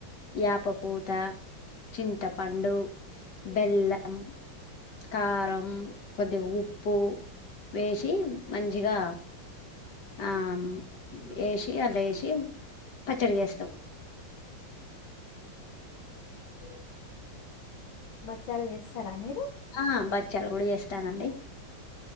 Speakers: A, on the left; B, on the left.
A: యాపపూత చింతపండు పండు బెల్లం కారం కొద్దిగా ఉప్పు వేసి మంచిగా ఆ వేసి దాన్లో వేసి పచ్చడి చేస్తాం <unintelligible>
B: బచ్చాలు చేస్తారా మీరు
A: ఆ బచ్చాలు కూడా చేస్తానండి